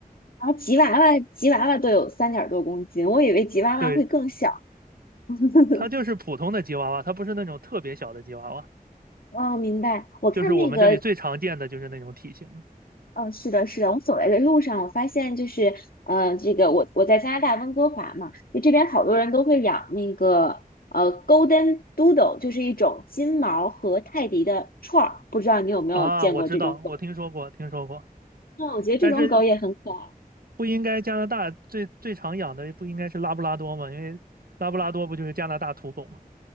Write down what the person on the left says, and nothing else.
然后吉娃娃，吉娃娃都有三点儿多公斤，我以为吉娃娃会更小。
<laughs>
哦，明白。我看那个，
嗯、是的，是的。我走来的路上，我发现就是，呃，这个我我在加拿大温哥华嘛，就这边好多人都会养那个呃 Golden Doodle，就是一种金毛和泰迪的串儿。不知道你有没有见过这种狗？
嗯，我觉得这种狗也很可爱。